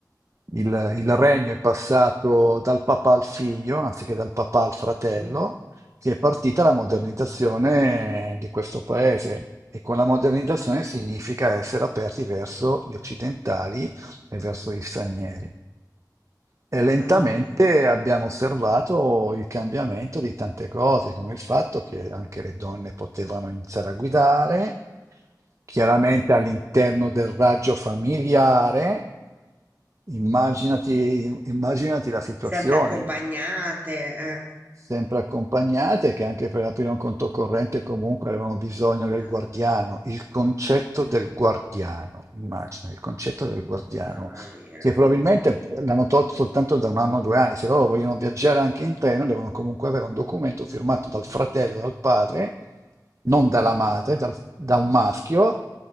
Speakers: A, on the right; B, on the right.
A: il, il regno è passato dal papà al figlio, anziché dal papà al fratello,
B: Mhm.
A: che è partita la modernizzazione di questo paese. E con la modernizzazione significa essere aperti verso gli occidentali e verso gli stranieri. E lentamente
B: Mamma mia.
A: abbiamo osservato il cambiamento di tante cose, come il fatto che anche le donne potevano iniziare a guidare, chiaramente all'interno del raggio familiare. Immaginati, immaginati la situazione
B: Sempre accompagnate, eh,
A: sempre accompagnate, che anche per aprire un conto corrente comunque avevano bisogno del
B: eh,
A: guardiano, il concetto del guardiano, immagina, il concetto del guardiano,
B: mamma mia,
A: che probabilmente l'hanno tolto soltanto da un anno o due anni, se loro vogliono viaggiare anche in treno devono comunque avere un documento firmato dal fratello, dal padre, non dalla madre, dal- da un maschio,